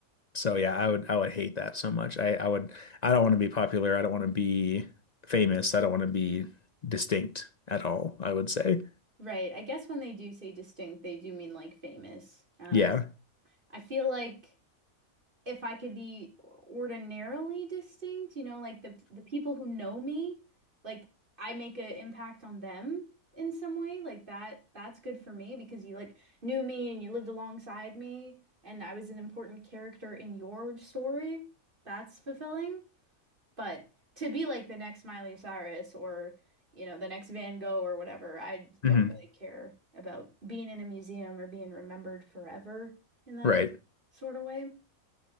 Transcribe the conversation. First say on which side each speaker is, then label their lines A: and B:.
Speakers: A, on the left; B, on the right.
A: So yeah, I would I would hate that so much. I I would I don't want to be popular. I don't want to be famous. I don't want to be distinct at all, I would say.
B: Right. I guess when they do say distinct, they do mean like famous. Um,
A: Yeah.
B: I feel like if I could be ordinarily distinct, you know, like the the people who know me, like I make an impact on them in some way, like that that's good for me because you like knew me and you lived alongside me and I was an important character in your story. That's fulfilling. But to be like the next Miley Cyrus or, you know, the next Van Gogh or whatever, I don't
A: hmm
B: really care about being in a museum or being remembered forever in that
A: Right.
B: sort of way.